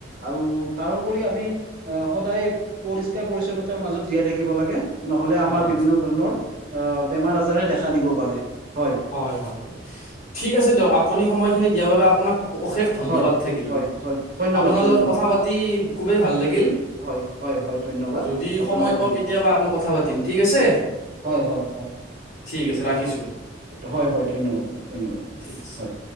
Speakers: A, on the right; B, on the left.
A: আৰু তাৰপৰি আমি আহ সদায় পৰিষ্কাৰ পৰিচ্ছন্নতাৰ মাজত জীয়াই থাকিব লাগে। নহ'লে আমাৰ
B: হয়
A: বিভিন্ন ধৰণৰ অহ বেমাৰ আজাৰে দেখা দিব পাৰে হয়
B: হয় হয় হয় ঠিক আছে দিয়ক আপুনি সময়খিনি দিয়াৰ বাবে আপোনাক অশেষ ধন্যবাদ
A: হয়,
B: থাকিল
A: হয়, হয়, ধন্যবাদ,
B: আপোনাৰ
A: ধন্যবাদ,
B: লগত কথা পাতি খুবেই ভাল লাগিল।
A: হয়, হয়, হয়, ধন্যবাদ,
B: যদি
A: আপোনাকো
B: সময় পাও কেতিয়াবা আকৌ কথা পাতিম ঠিক আছে
A: হয়-হয়।
B: ঠিক আছে ৰাখিছো
A: হয় হয় ধন্যবাদ ধন্যবাদ
B: ঠিক আছে
A: হয়